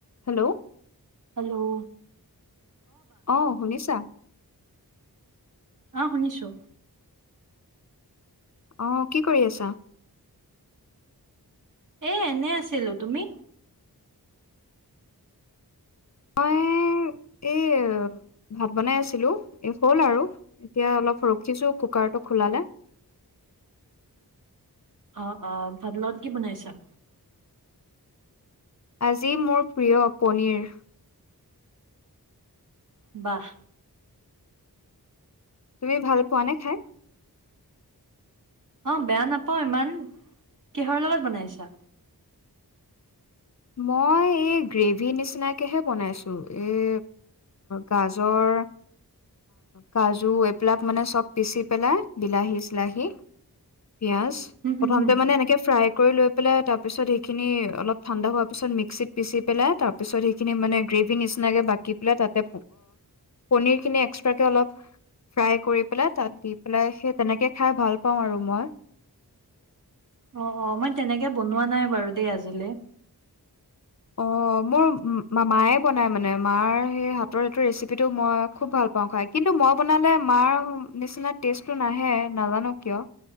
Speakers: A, on the left (about 45°); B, on the right (about 55°).
A: Hello.
B: Hello.
A: অ শুনিছা?
B: আহ শুনিছো।
A: অ কি কৰি আছা?
B: এ এনে আছিলো, তুমি?
A: মই এই ভাত বনাই আছিলো। এই হ'ল আৰু, এতিয়া অলপ ৰখিছোঁ কুকাৰটো খোলালে।
B: আহ আহ ভাতৰ লগত কি বনাইছা?
A: আজি মোৰ প্ৰিয় পনীৰ।
B: বাহ।
A: তুমি ভাল পোৱা নে খাই?
B: অ বেয়া নাপাওঁ ইমান। কিহৰ লগত বনাইছা?
A: মই এই গ্ৰেভি নিচিনাকেহে বনাইছোঁ। এই গাজৰ কাজু এইবিলাক মানে চব পিচি পেলাই বিলাহী চিলাহী। পিয়াজ
B: হম হম
A: প্ৰথমতে
B: হম
A: মানে এনেকে ফ্ৰাই কৰি লৈ পেলায় তাৰ পিছত সেইখিনী অলপ ঠাণ্ডা পিছত মিক্সিত পিচি পেলাই, তাৰপিছত সেইখিনি মানে গ্ৰেভি নিচিনকে বাকি পেলাই, তাতে পনিৰখিনি এক্সট্ৰাকে অলপ ফ্ৰাই কৰি পেলাই তাত দি পেলাই সেই তেনেকে খাই ভাল পাওঁ আৰু মই।
B: অ অ মই তেনেকে বনোৱা নাই বাৰু দেই আজিলে।
A: অ মোৰ মায়ে বনায় মানে মাৰ সেই হাতৰটো ৰেচিপিটো মই খুব ভাল পাওঁ খাই। কিন্তু মই বনালে মাৰ নিচিনা টেষ্টটো নাহে। নাজানো কিয়?